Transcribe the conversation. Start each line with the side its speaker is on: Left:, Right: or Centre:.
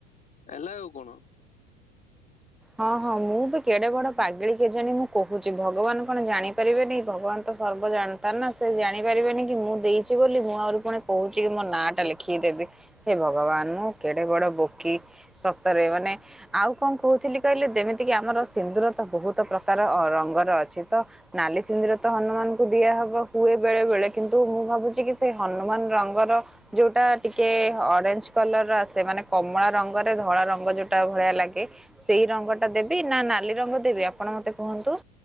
Left: ହେଲା ଆଉ କଣ।
Centre: ହଁ ହଁ ମୁଁ ବି କେଡେ ବଡ ପାଗିଳି କେଜାଣି ମୁଁ କହୁଛି ଭଗବାନ କଣ ଜାଣି ପାରିବେନି ଭଗବାନ ତ ସର୍ବ ଜାଣତା ନା। ସେ ଜାଣିପାରିବେନି କି ମୁଁ ଦେଇଛି ବୋଲି ମୁଁ ଆହୁରି ପୁଣି କହୁଛି କି ମୋ ନାଁ ଟା ଲେଖିକ ଦେବି। ହେ ଭଗବାନ ମୁଁ କେଡେ ବଡ ବୋକି ସତରେ ମାନେ ଆଉ କଣ କହୁଥିଲି କି? କହିଲେ ଯେମିତିକି ଆମର ସିନ୍ଦୁର ତ ବହୁତ ପ୍ରକାର ରଙ୍ଗର ଅଛି ତ ନାଲି ସିନ୍ଦୁର ତ ହନୁମାନଙ୍କୁ ଦିଆହବ ହୁଏ ବେଳେ ବେଳେ କିନ୍ତୁ ମୁଁ ଭାବୁଛି କି ସେଇ ହନୁମାନ ରଙ୍ଗର ଯୋଉଟା ଟିକେ ଅରେଞ୍ଜ କଲର୍ ର ଆସେ ମାନେ କମଳା ରଙ୍ଗରେ ଧଳା ରଙ୍ଗ ଯୋଉଟା ଭଳିଆ ଲାଗେ ସେଇ ରଙ୍ଗ ଟା ଦେବି ନା ନାଲି ରଙ୍ଗ ଦେବି ଆପଣ ମତେ କୁହନ୍ତୁ?